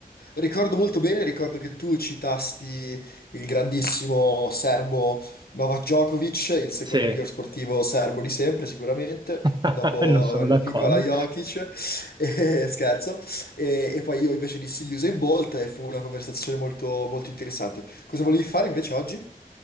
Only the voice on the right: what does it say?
Sì,
<laughs>
non sono d'accordo.